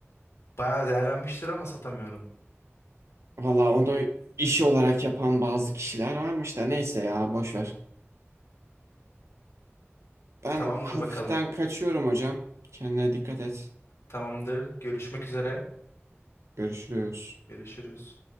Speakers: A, on the left; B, on the right.
A: Bayağı değerlenmiştir ama satamıyorum.
B: Valla onu iş olarak yapan bazı kişiler varmış da neyse ya boş ver. Ben
A: Tamamdır
B: hafiften
A: bakalım.
B: kaçıyorum hocam. Kendine dikkat et.
A: Tamamdır. Görüşmek üzere.
B: Görüşürüz.
A: Görüşürüz.